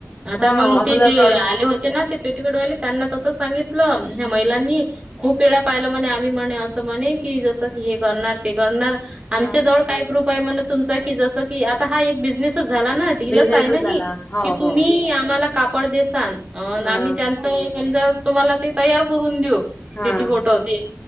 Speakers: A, on the right (about 20°); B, on the left (about 30°).
A: आता
B: हा
A: मग
B: असं
A: ते
B: जर
A: जे
B: फ्रॉड
A: आले होते ना ते <inaudible> पेटीकडवाले त्यांना तस सांगितलं ह्या महिलांनी खूप वेळा पाहिलं म्हणे आम्ही म्हणे असं म्हणे की जसं की हे करणार ते करणार
B: हा
A: आमच्या जवळ काही प्रूफ आहे, म्हण तुमचा कि जस की आता हा एक बीज तसच झाला ना डीलच
B: बिझनेसच
A: आहे ना ही,
B: झाला. हो,
A: की तुम्ही
B: हो.
A: आम्हाला कापड देसान अ
B: हां,
A: आम्ही त्यांचं समजा तुम्हाला ते तयार करून देऊ
B: हां,
A: पेटी कोट ते.